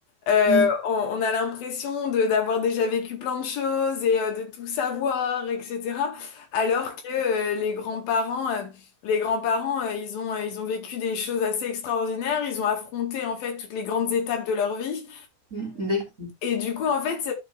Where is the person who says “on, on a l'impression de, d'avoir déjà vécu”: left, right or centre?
Left